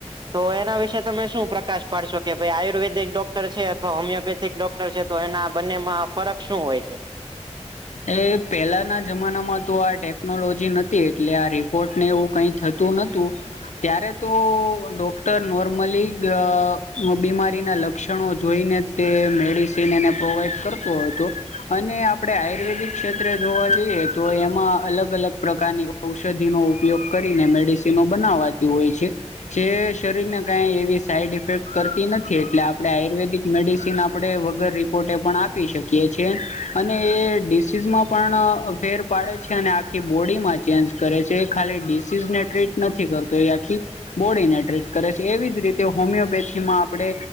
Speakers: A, on the right (about 40°); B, on the left (about 80°).
A: તો એના વિશે તમે શું પ્રકાશ પાડશો કે ભાઈ આયુર્વેદિક ડોક્ટર છે અથવા હોમિયોપે થીક ડોક્ટર છે તો એના બંનેમાં ફરક શું હોય છે?
B: એ પહેલાના જમાનામાં તો આ ટેકનોલોજી નથી એટલે આ રિપોર્ટને એવું કઈ થતું તો નતું. ત્યારે તો ડોક્ટર નોર્મલી ગ બીમારીના લક્ષણો જોઈને તે મેડિસન એને પ્રોવાઈડ કરતો હતો અને આપડે આ આયુર્વેદિક ક્ષેત્રે જોવા જઈએ તો એમાં અલગ અલગ પ્રકારની ઔષધિનો ઉપયોગ કરીને મેડિસ તે બનાવાતી હોય છે જે શરીર ને કઈ એવી સાઈડ ઇફેક્ટ કરતી નથી એટલે આપડે આયુર્વેદિક મેડિસિન આપ આપણે વગર રિપોર્ટે પણ આપી શકીએ છીએ અને એ ડિસીઝમાં પણ ફેર પાડે છે અને આખી બોડીમાં ચેન્જ કરે છે એ ખાલી ડિસીઝને ટ્રીટ નથી કરતો એ આખી બોડીને ટ્રીટ કરે છે એવી જ રીતે હોમિયોપેથીમાં આપડે